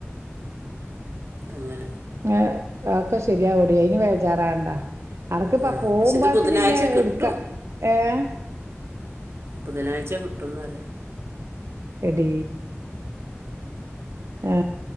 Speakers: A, on the right; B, on the right.
A: അങ്ങനെ
B: ഏ അഒക്കെ ശരിയാകൊടി അയിന് വേചാറകണ്ടാ അടക്ക ഇപ്പ
A: ആ
B: പോകുമ്പത്തിന
A: പക്ഷെ ഇത് ബുധനാഴ്ച
B: ഇല്ല
A: കിട്ടും
B: എടുക്ക ഏഹ
A: ബുധനാഴ്ച കിട്ടുന്നറയാ
B: എടീ ഏ